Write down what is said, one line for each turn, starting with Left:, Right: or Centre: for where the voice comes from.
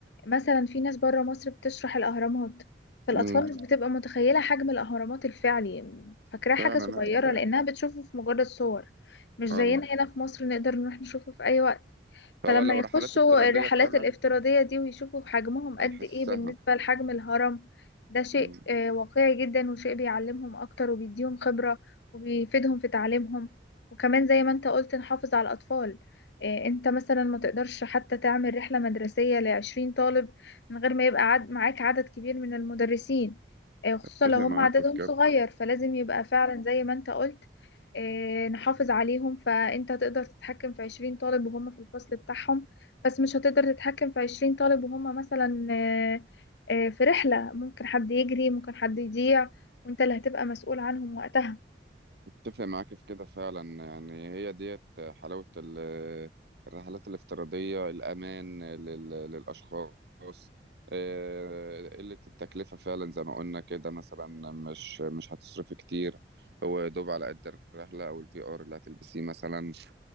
Left: مثلا في ناس بره مصر بتشرح الاهرامات فالاطفال
Right: امم
Left: مش بتبقى متخيله حجم الاهرامات الفعلي فاكراها حاجه
Right: فعلا
Left: صغيره
Right: لا، ف-
Left: لانها بتشوفه في مجرد صور مش زينا
Right: اه
Left: هنا في مصر نقدر نروح نشوفه في اي وقت
Right: فهو
Left: فلما
Right: لو
Left: يخشوا
Right: رحلات افتراضيه
Left: الرحلات
Right: فعلا
Left: الافتراضية دي ويشوفوا حجمهم
Right: هيحسها
Left: قد ايه بالنسبة لحجم الهرم ده شيء
Right: امم
Left: آه، واقعي جدا وشيء بيعلمهم اكتر وبيديهم خبرة وبيفيدهم في تعليمهم وكمان زي ما انت قلت نحافظ على الاطفال آه، انت مثلا ما تقدرش حتى تعمل رحلة مدرسية لعشرين طالب من غير ما يبقى عد معاك عدد كبير من المدرسين آه، خصوصا
Right: اتفق
Left: لو هم
Right: معاك
Left: عددهم
Right: في كده
Left: صغير فلازم يبقى فعلا زي ما انت قلت آه، نحافظ عليهم فانت هتقدر تتحكم في 20 طالب وهم في الفصل بتاعهم بس مش هتقدر تتحكم في 20 طالب وهم مثلا آه، آه، في رحلة ممكن حد يجري ممكن حد يضيع وانت اللي هتبقى مسؤول عنهم وقتها
Right: اتفق معاك في كده فعلا يعني هي ديت حلاوة ال- الرحلات الافتراضية الأمان لل- للأشخاص آه، قلة التكلفة فعلا زي ما قلنا كده مثلا مش مش هتصرفي كتير هو دوب على قد الرحلة أو الفي آر اللي هتلبسيه مثلا